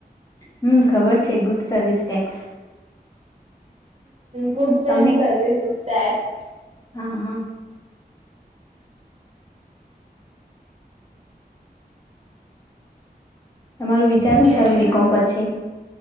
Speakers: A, on the left; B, on the right.
A: હમ ખબર છે good service tax
B: foods
A: તમને
B: and સર્વિસેસ ટટેક્સ
A: હા હા તમારું વિચાર
B: જિયેસ્તી
A: હું છે હવે બીકોમ
B: ના
A: પછી